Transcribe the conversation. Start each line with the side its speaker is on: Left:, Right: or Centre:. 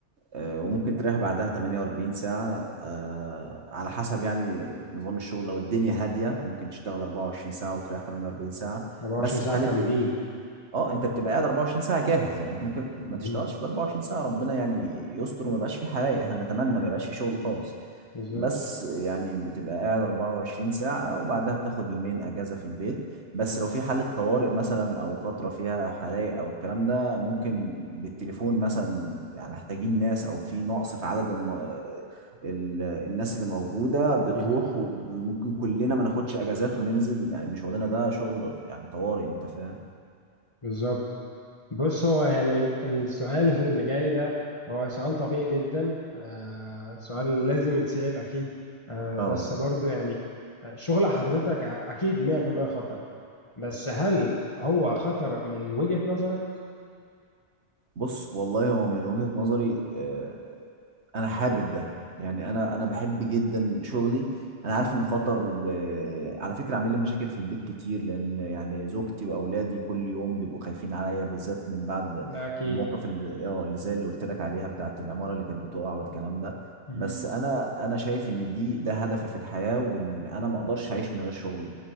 Right: آه، وممكن تريح بعدها 48 ساعة آه، على حسب يعني نظام الشغل لو الدنيا هادية ممكن تشتغل 24 ساعة وتريح 48 ساعة
Left: 24
Right: بس
Left: ساعة
Right: في حالة
Left: كاملين
Right: وج- اه انت بتبقى قاعد 24 ساعة جاهز يعني انت ممكن ما
Left: مهم.
Right: تشتغلش في ال 24 ساعة ربنا يعني يستر وما يبقاش في حرايق احنا نتمنى ما يبقاش في شغل خالص
Left: بالظبط
Right: بس يعني بتبقى قاعد 24 ساعة وبعدها بتاخد يومين أجازة في البيت بس لو في حالة طوارئ مثلا أو فترة فيها حرائق أو الكلام ده ممكن بالتليفون مثلا يعني محتاجين ناس أو في نقص في عدد الم... ال... الناس اللي موجودة بتروح
Left: مهم.
Right: وممكن كلنا ما ناخدش أجازات وننزل يعني إن شغلنا ده شغل يعني طوارئ أنت فاهم؟
Left: بالظبط بص هو يعني السؤال <laughs> اللي جاي ده هو سؤال طبيعي جدا آه سؤال لازم يتسأل أكيد آه
Right: اه
Left: بس برضو يعني آه، شغل حضرتك أكيد 100% خطر بس هل هو خطر من وجهة نظرك؟
Right: بص والله هو من وجهة نظري آه، انا حابب ده يعني انا انا بحب جدا شغلي انا عارف انه خطر وعلى فكره عامل لي مشاكل في البيت كتير لان يعني زوجتي واولادي كل يوم بيبقوا خايفين عليا بالذات من بعد
Left: ده أكيد
Right: الموقف اللي اه اللي زي اللي قلت لك عليها بتاعت العماره اللي كانت بتقع والكلام ده
Left: مهم.
Right: بس انا انا شايف ان دي ده هدفي في الحياه وان انا ما اقدرش اعيش من غير شغلي